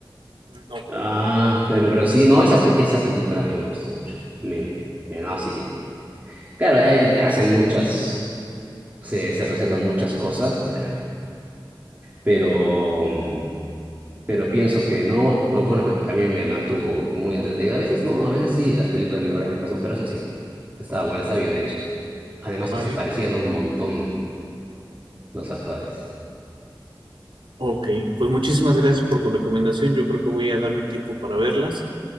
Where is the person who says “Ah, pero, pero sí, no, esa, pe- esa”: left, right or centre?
Right